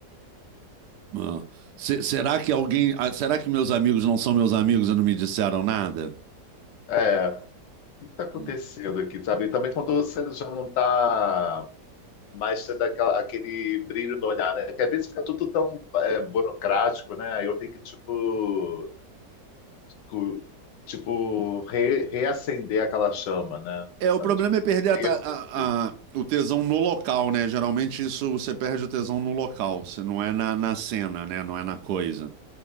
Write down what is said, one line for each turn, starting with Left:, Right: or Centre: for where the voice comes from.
Right: Ah, se- será que alguém, ah, será que meus amigos não são meus amigos e não me disseram nada?
Left: <laughs> é. que está acontecendo
Right: Hum.
Left: aqui, sabe? E também quando você já não está mais tendo aquela- aquele brilho no olhar, né? Que às vezes fica tudo tão é, burocrático, né? Aí Eu tenho que, tipo, cu- tipo re- reacender aquela chama, né?
Right: É,
Left: Sabe?
Right: o problema
Left: Tipo,
Right: é perder
Left: e aí
Right: a ta-
Left: eu
Right: a-
Left: percebo.
Right: a- o tesão no local, né? Geralmente isso você perde o tesão no local, você não é na, na cena, né? Não é na coisa,